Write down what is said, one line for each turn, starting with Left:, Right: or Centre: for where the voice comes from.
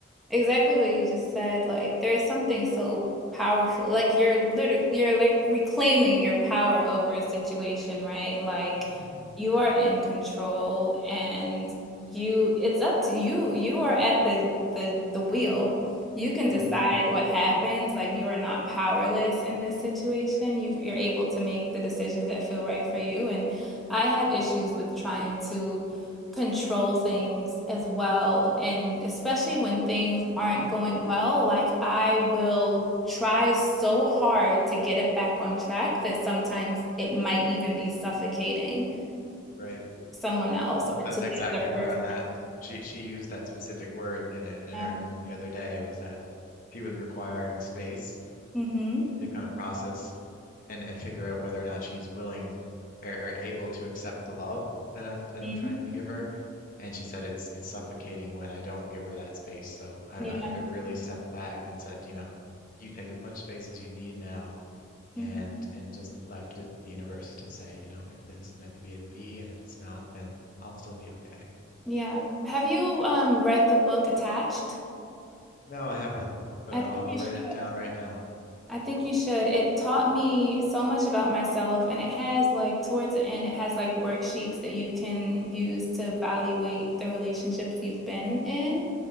Centre: exactly what you just said, like there is something so powerful. Like you're literally you're like reclaiming your power over a situation, right? Like
Left: mm-hmm,
Centre: you are in control and you it's up to you. You are at the the the wheel. You can decide
Left: mm-hmm,
Centre: what happens. Like you are not powerless in this situation. You you're able to make the decisions that feel right for you. And I have issues with trying to control things as well. And especially when things aren't going well, like I will try so hard to get it back on track that sometimes it might even be suffocating
Left: right.
Centre: someone else
Left: That's,
Centre: or to
Left: that's exactly
Centre: the other
Left: where
Centre: person.
Left: I'm at. She she used that specific word in a, in an
Centre: Yeah.
Left: argument the other day was that she was requiring space
Centre: hmm
Left: to kind of process and and figure out whether or not she's willing or, or able to accept the love that I'm that
Centre: hmm
Left: I'm trying to give her. And she said it's it's suffocating when I don't give her that space. So I've
Centre: Yeah.
Left: I've I've really stepped back and said, you know, you take as much space as you need now
Centre: Mhm.
Left: and and just left it to the universe to say, you know, if this is meant to be, it'll be, and if it's not, then I'll still be okay.
Centre: Yeah. Have you um read the book Attached?
Left: No, I haven't, but
Centre: I
Left: I'll
Centre: think
Left: I'll
Centre: you
Left: write
Centre: should.
Left: it down right now.
Centre: I think you should. It taught me so much about myself, and it has like towards the end, it has like worksheets that you can use to evaluate the relationships you've been in.